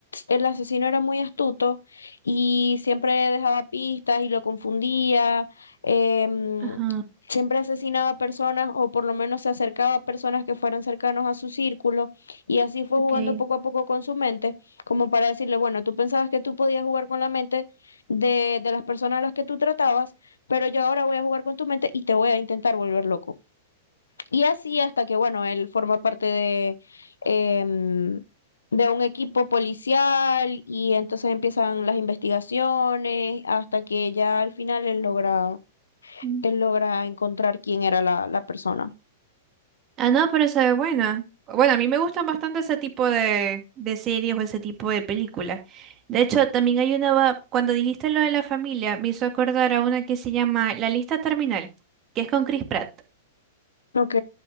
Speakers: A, on the left; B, on the right.
A: el asesino era muy astuto y siempre dejaba pistas y lo confundía, em,
B: Ajá,
A: siempre asesinaba personas o por lo menos se acercaba a personas que fueran cercanos a su círculo y así fue
B: ok.
A: jugando poco a poco con su mente, como para decirle, bueno, tú pensabas que tú podías jugar con la mente de, de las personas a las que tú tratabas pero yo ahora voy a jugar con tu mente y te voy a intentar volver loco. Y así hasta que, bueno, él forma parte de, em, de un equipo policial y entonces empiezan las investigaciones hasta que ya al final él logra,
B: ujú.
A: él logra encontrar quién era la, la persona.
B: Ah, no, pero se ve buena. Bueno, a mí me gustan bastante ese tipo de, de series o ese tipo de películas. De hecho, también hay una, va- cuando dijiste lo de la familia, me hizo acordar a una que se llama La Lista Terminal, que es con Chris Pratt.
A: Ok,